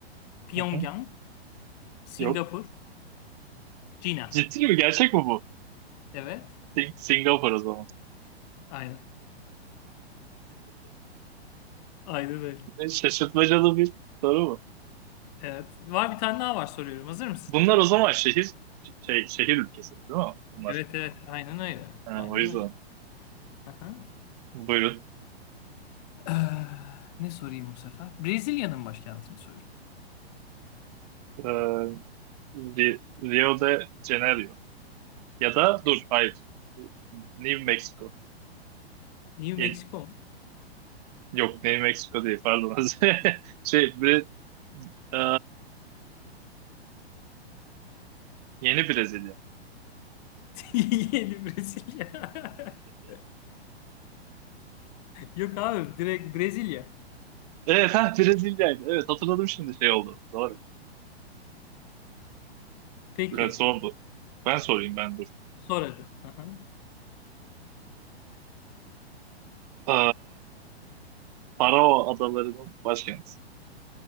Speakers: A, on the left; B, on the right.
A: Pyongyang,
B: Hı hı.
A: Singapur,
B: Yok.
A: Cina.
B: Ciddi mi? Gerçek mi bu?
A: Evet.
B: Sing Singapur o zaman.
A: Aynen. Aynen öyle.
B: E, Şaşırtmacalı bir soru bu.
A: Evet. Var bir tane daha var soruyorum. Hazır mısın?
B: Bunlar o zaman şehir şey, şehir ülkesi değil mi? Bunlar.
A: Evet evet. Aynen öyle.
B: Ha,
A: Aynen
B: o yüzden.
A: öyle. Aha.
B: Buyurun.
A: Ee, ne sorayım bu sefer? Brezilya'nın başkentini sorayım.
B: Ee, Ri- Rio de Janeiro. Ya da dur hayır. New Mexico.
A: New
B: Yeni-
A: Mexico mu?
B: yok New Mexico değil pardon. <laughs> Şey Bre- e, yeni Brezilya.
A: <laughs> Yeni Brezilya. <laughs> Yok abi direkt Brezilya.
B: Evet ha Brezilya'ydı. Evet hatırladım şimdi şey oldu. Doğru.
A: Peki.
B: Evet son bu. Ben sorayım ben dur.
A: Sor hadi. Aha.
B: E, Faroe Adaları'nın başkenti.